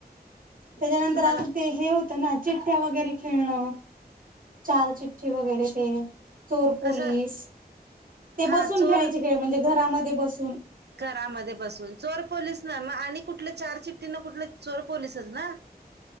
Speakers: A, on the right; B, on the right.
A: त्याच्यानंतर..
B: तुम्हाला
A: आता ते हे होतं ना चिठ्ठ्या वगैरे खेळणं... चार चिठ्ठी वगैरे ते चोर पोलीस...
B: कसं
A: ते
B: हा
A: बसून
B: चोर
A: खेळायचे खेळ... म्हणजे घरामध्ये बसून
B: घरामध्ये बसून चोर पोलीस ना मग आणि कुठल्या चार चिठ््टठी ना कुठले चोर पोलीसच ना